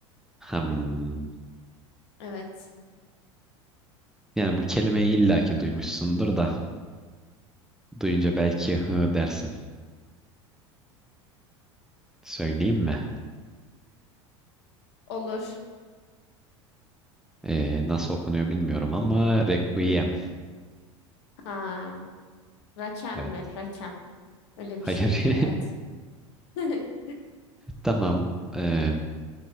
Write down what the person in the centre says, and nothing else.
Hmm.
Yani bu kelimeyi illaki duymuşsundur da duyunca belki hı dersin. Söyleyeyim mi?
Ee, nasıl okunuyor bilmiyorum ama Requiem.
Evet.
Hayır.
<laughs> Tamam. Ee,